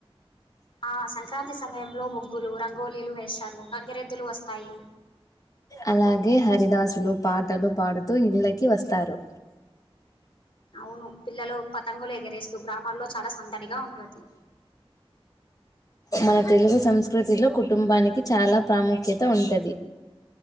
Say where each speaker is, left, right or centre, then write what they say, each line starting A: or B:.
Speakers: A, on the left; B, on the left.
A: ఆ సంక్రాంతి సమయంలో ముగ్గులు రంగు గోలీలు వేస్ తరు గంగరెద్దులు వస్తాయి.
B: అలాగే హరిదాసులు పాటలు పాడుతూ ఇళ్ళకి వస్తారు.
A: అవును పిల్లలు పతంగులు ఎగిరేస్తూ గ్రామాల్లో చాలా సందడిగా ఉంటుంది.
B: మన తెలుగు సంస్కృతిలో కుటుంబానికి చాలా ప్రాముఖ్యత ఉంటది.